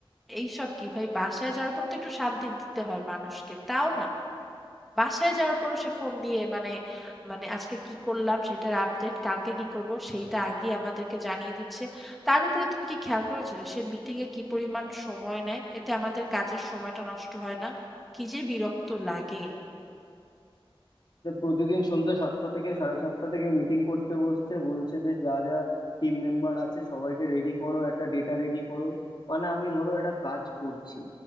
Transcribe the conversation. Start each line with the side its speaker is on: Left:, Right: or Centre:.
Centre: এইসব কি ভাই বাসায় যাওয়ার পর তো একটু শান্তি দিতে হয় মানুষকে তাও না বাসায় যাওয়ার পর সে ফোন দিয়ে মানে মানে আজকে কি করলাম সেটার আপডেট কালকে কি করব সেইটা আগে আমাদেরকে জানিয়ে দিচ্ছে তার উপরে তুমি কি খেয়াল করেছো যে সে মিটিং এ কি পরিমাণ সময় নেয় এতে আমাদের কাজের সময়টা নষ্ট হয় না কি যে বিরক্ত লাগে
Left: তো প্রতিদিন সন্ধ্যা সাতটা থেকে সাড়ে সাতটা থেকে মিটিং করতে বসছে বলছে যে যা যা টিম মেম্বার আছে সবাইকে রেডি করো একটা ডেটা রেডি করো মানে আমি ধরো একটা কাজ করছি